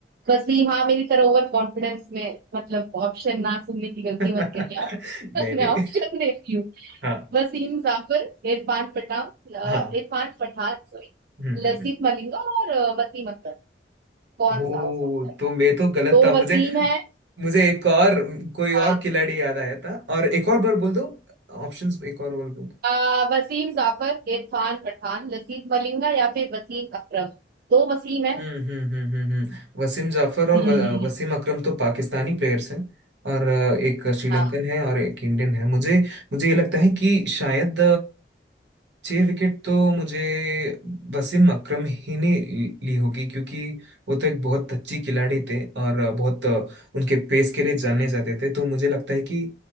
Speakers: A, on the right; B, on the right.
A: वसीम हाँ मेरी तरह ओवर कॉन्फिडेंस में मतलब ऑप्शन ना सुनने की गलती
B: <laughs>
A: मत करिए आप
B: नहीं
A: <laughs>
B: नहीं
A: मैं ऑप्शन देती हूँ
B: हाँ
A: वसीम जाफर इरफान पठान अ,
B: हाँ
A: इरफान पठान सॉरी
B: हम्म हम्म
A: लसीत
B: हम्म।
A: मलिंगा और अ, वसीम अख्तर कौन
B: ओ
A: सा हो सकता है
B: तो मैं तो गलत
A: तो
B: था मुझे
A: वसीम है
B: मुझे एक और कोई
A: हाँ
B: और खिलाड़ी याद आया था और एक और बार बोल दो ऑप्शंस एक और बार बोल दो
A: अ, वसीम जाफर इरफान पठान लसीत मलिंगा या फिर वसीम अकरम दो वसीम है
B: हम्म हम्म हम्म हम्म हम्म। वसीम जाफर और
A: हम्म
B: व- वसीम अकरम तो पाकिस्तानी प्लेयर्स हैं और अ, एक श्रीलंकन
A: हाँ
B: है और एक इंडियन है मुझे मुझे ये लगता है कि शायद छह विकेट तो मुझे वसीम अकरम ही ने ली ली होगी क्योंकि वो तो एक बहुत अच्छी खिलाड़ी थे और बहुत अ, उनके पेस के लिए जाने जाते थे तो मुझे लगता है कि